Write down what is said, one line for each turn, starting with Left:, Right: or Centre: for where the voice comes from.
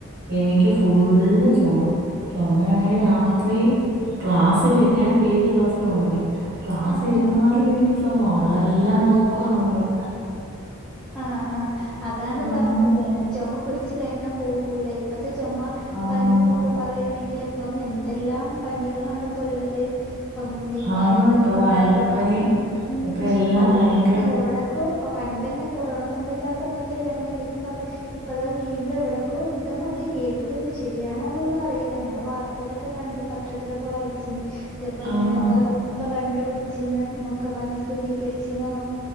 Right: എനിക്ക് ഫുള്ള്ചൊമ ചുമയാണെങ്കിൽ രാത്രി ക്ലാസ്സിില് ഞാൻ പി എസ് സി ക്ലാസ്സിന് പോന്നിണ്ട് ക്ലാസിരുന്നാലും
Centre: ആഹ്
Right: എനിക്ക് ചൊമ ആളെല്ലാം നോക്കുന്നമ്മളെ
Centre: ആഹ ആഹ അതാണ്
Right: ആഹ്
Centre: പറഞ്ഞത് ചൊമപിടിച്ചു കഴിഞ്ഞാ പോകൂല ഇപ്പത്തെ ചൊമ
Right: ആഹ്
Centre: പനിന്നൊക്കെ പറയാണെങ്കിൽ ഇപ്പം എന്തെല്ലാം പനികളാണ് ഇപ്പള്ളത് ഇപ്പം നിപ്പ
Right: ആണ്
Centre: വൈറസ്
Right: ഇപ്പൊ
Centre: തന്നെണ്ട്
Right: വൈറൽ പനി
Centre: ആഹ്
Right: ഇപ്പൊ എല്ലാം
Centre: അതെ
Right: ഭയങ്കര
Centre: എവിടക്കോ ഇപ്പ പണ്ട്ന്നെ കൊറോണസമയത്ത് ആ സമയത്തല്ല നമ്മളനിപ്പൊക്കെ ഇപ്പതാ വീണ്ടും എവിടക്കോ ണ്ട്ന്നൊക്കെ കേൾക്ക്ന്ന് ശരിയാണോന്നൊന്നും അറിയില്ല ഞാൻ വാർ തേലൊക്കെ കണ്ട് പത്രത്തിലൊക്കെ വായിച്ചിന് തപോലെ
Right: ആണോ
Centre: തന്നെ വിടെ നിപ്പ കണ്ടുപിടിച്ചീന്ന്ന്നൊക്കെ പറഞ് സ്ഥിരീകരിച്ചീന്ന്ന്നൊ